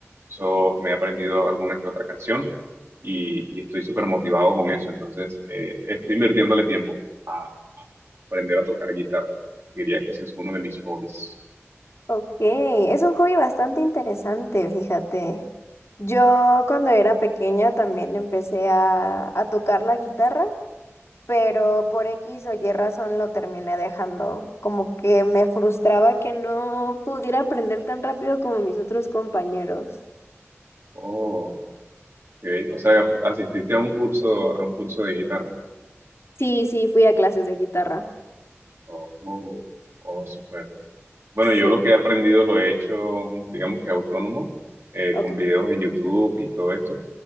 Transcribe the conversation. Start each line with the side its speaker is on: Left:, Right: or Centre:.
Right: eso me he aprendido alguna que otra canción y, y estoy súper motivado con eso. Entonces, eh, estoy invirtiéndole tiempo a, a aprender a tocar guitarra. Diría que ese es uno de mis hobbies.
Left: Ok, es un hobby bastante interesante, fíjate. Yo cuando era pequeña también empecé a, a tocar la guitarra, pero por X o Y razón lo terminé dejando. Como que me frustraba que no pudiera aprender tan rápido como mis otros compañeros.
Right: Oh, ok. O sea, asististe a un curso, a un curso de guitarra.
Left: Sí, sí, fui a clases de guitarra.
Right: Oh, oh, oh, súper. Bueno,
Left: Sí,
Right: yo lo que he aprendido lo he hecho, digamos que autónomo, eh,
Left: ok,
Right: con videos en YouTube y todo esto.